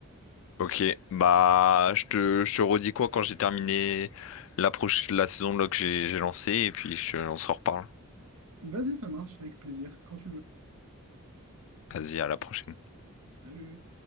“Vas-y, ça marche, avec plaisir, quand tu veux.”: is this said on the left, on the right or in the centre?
Right